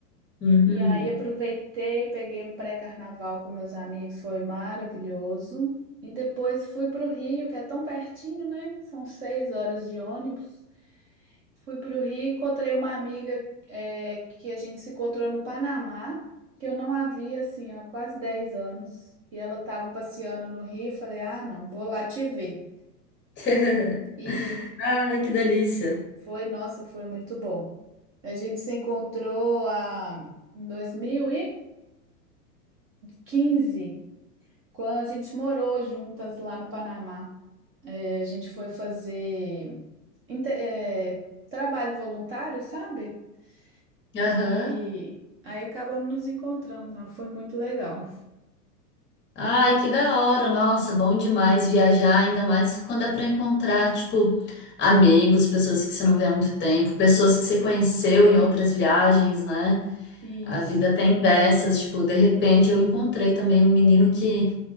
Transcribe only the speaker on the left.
Uhum.
<laughs>
Ai, que delícia.
Aham.
Ai, que da hora, nossa, bom demais viajar, ainda mais quando é para encontrar, tipo, amigos, pessoas que você não vê há muito tempo, pessoas que você conheceu em outras viagens, né?
A vida tem dessas, tipo, de repente eu encontrei também um menino que